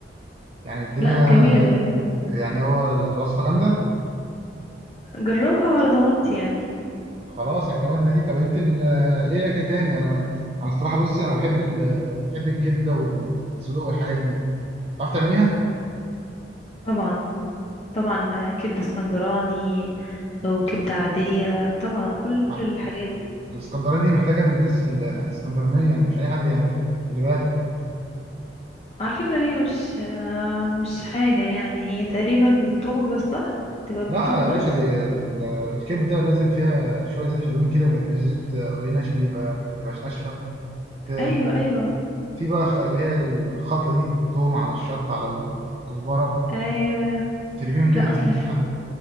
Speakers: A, on the right; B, on the left.
A: يعني الدنيا
B: لا جميلة جميلة
A: يعني هو الوصفة جامدة
B: جربها وعلى ضمانتي يعني
A: خلاص اعتمدنا دي طب انت ال- ايه اكل تاني انا انا الصراحة بصي انا بحب ال... بحب الكبدة والصدوق والحاجات دي تعرف تعمليها
B: طبعا طبعا كبدة اسكندراني وكبدة عادية طبعا كل
A: آه،
B: الحاجات دي
A: الاسكندراني دي محتاجة الناس الاسكندرانية يعني مش اي حد يعملها خلي بالك
B: على فكرة هي مش آه، مش حاجة يعني هي تقريبا بالثوم بس صح تبقى بالثوم
A: لا يا
B: بس
A: باشا دي ال- الكبدة لازم فيها شوية زيت حلوين كده ما يبقاش زيت قليلين عشان يبقى ما تبقاش ناشفة ت-
B: ايوه ايوه
A: في بقى خ- اللي هي الخلطة دي توم على الشطة على الكزبرة
B: ايوه
A: ترميهم كده
B: لا
A: تديك
B: اصل
A: ريحة
B: في